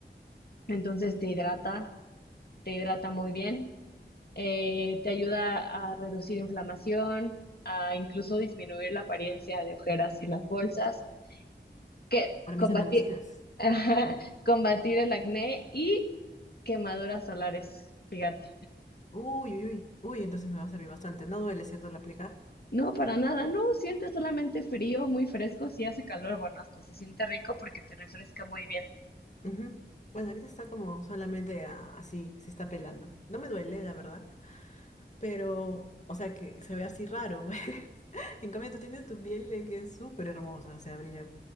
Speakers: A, on the left; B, on the left.
A: entonces te hidrata, te hidrata muy bien. eh, te ayuda a reducir inflamación, a incluso disminuir la apariencia de ojeras y las bolsas, que
B: para
A: combatir,
B: mis amanecidas.
A: <laughs> ajá, combatir el acné y quemaduras solares, fíjate.
B: Uy, uy, uy, uy, entonces me va a servir bastante. No duele, ¿cierto, al aplicar?
A: No, para nada, no, sientes solamente frío, muy fresco, si hace calor, bueno, hasta se siente rico porque te refresca muy bien.
B: Ujú. Bueno, ahorita está como solamente a- así, se está pelando. No me duele, la verdad, pero, o sea, que se ve así raro, pues. <laughs> En cambio, tú tienes tu piel de que es súper hermosa, o sea, brilla,